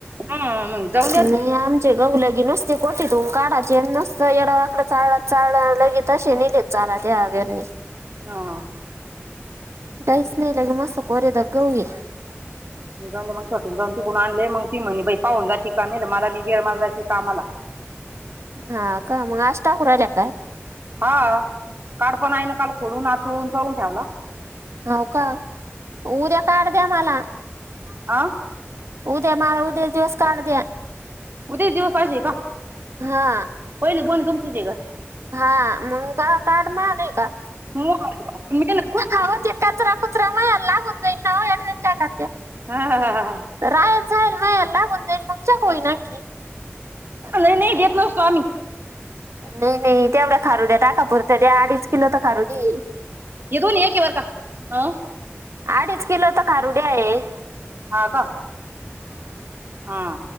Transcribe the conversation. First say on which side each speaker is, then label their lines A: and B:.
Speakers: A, on the right (about 50°); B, on the right (about 80°).
A: हा मग जाऊन द्या
B: नाय आम चे गहू लगी नुसते कोठ्यातून काढाचे. नुसतं येड वाकडं चाळ चाळल लगेच तसे नेलेत. चारा त्या अवेरणी.
A: हा.
B: काहीच नाही राहिलं. मस्त कोरे दात होईल.
A: म जाऊन मग छटून जाऊन तिकून आणले मग ती म्हणी बई पाहुन जाते मी कामाला मला लय जय यल कामाला <inaudible>
B: हा का मग आज टाकून आले की काय?
A: हा काल पण आईने खोडून आचळूनचाळून ठेवला.
B: हौव का उद्या काढ द्या मला
A: आ
B: उद्या मा उद्याचे दिवस कार्ड द्या
A: उद्याच दिवस पाहिजे का?
B: हा
A: पहिले दोन तुमचेच हाय का
B: हा मग काय कार्ड महाग आहे का?
A: <unintelligible>
B: आहो ते कचरा कुचरा माया लागुन जाईल ना <unintelligible>
A: हा ह ह ह ह
B: रायल जाईल नाहीयाल लावून जाईल मग जगई नक्की.
A: लई लई भेत नसतो आम्ही
B: नाही नाही तेवढं खारुडया ताटापुरता द्या अडीच तिने तर खारुदी.
A: हे दोन्ही एके बर का अ
B: अडीच किलो त्या खारुड्या आहेत
A: हा का हा